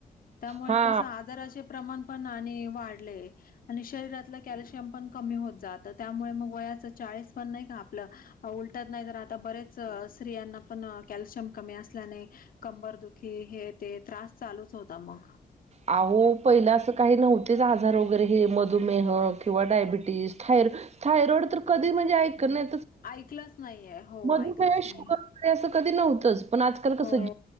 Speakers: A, on the left; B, on the right.
A: त्यामुळे
B: हा
A: कस आजाराचे प्रमाण पण आणि वाढले. आणि शरीरातलं कॅल्शियम पण कमी होत जातं त्यामुळे मग वयाचं चाळीस पण नाही का आपलं. उलटत नाही तर आता बरेच स्त्रियांना पण कॅल्शियम कमी असल्याने कंबर दूध. कि हे ते त्रास चालूच होता मग.
B: अहो पहिला असं काही नव्हतेच आजार वगैरे हे मधुमेह किंवा डायबिटीस थायर. ाय रोड तर कधी म्हणजे ऐक नाही.
A: ऐकलंच नाहीये. हो
B: मधुमेह
A: ऐकलंच नाहीये
B: श असं कधी नव्हतंच पण आजकाल कसं
A: हो
B: ज